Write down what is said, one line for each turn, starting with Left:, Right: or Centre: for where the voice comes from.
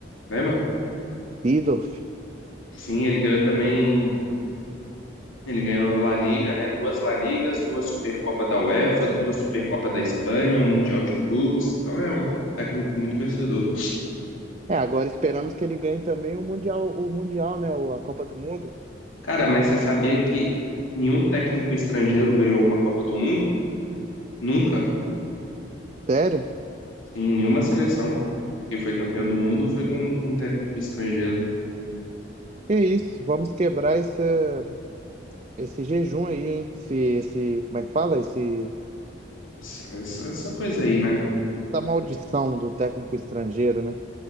Left: lembra?
Right: Seedorf.
Left: Sim, ele ganhou também. Ele ganhou La Liga, né? Duas La Ligas, duas Supercopa da UEFA, duas Supercopa da Espanha, um Mundial de Clubes. Então é um técnico muito vencedor.
Right: É, agora esperamos que ele ganhe também o Mundial, o Mundial, né? o- A Copa do Mundo.
Left: Cara, mas você sabia que nenhum técnico estrangeiro ganhou uma Copa do Mundo? Nunca.
Right: Sério?
Left: Em nenhuma seleção que foi campeão do mundo foi com, com um técnico estrangeiro.
Right: Que isso? Vamos quebrar essa. esse jejum aí, hein? Esse, esse, como é que fala? Esse,
Left: Essa, essa, essa coisa aí, né?
Right: essa maldição do técnico estrangeiro, né?